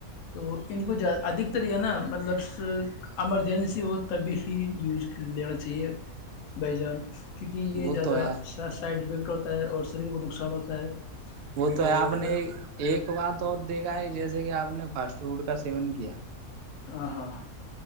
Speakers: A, on the left; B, on the right.
A: تو ان کو ادھ نا مطلب ایمرجنسی ہو تبھی ہی یوز کر لینا چاہیے بائی جان کیونکہ یہ
B: وہ
A: زیادہ
B: تو ہے
A: سا سائڈفیکٹ ہوتا ہے اور شریر کو نقصان ہوتا ہے
B: وہ تو ہے
A: اور
B: آپ نے ایک بات اور دیکھا ہے جیسے کہ آپ نے فاسٹ فوڈ کا سیون کیا
A: ہ ہ <unintelligible>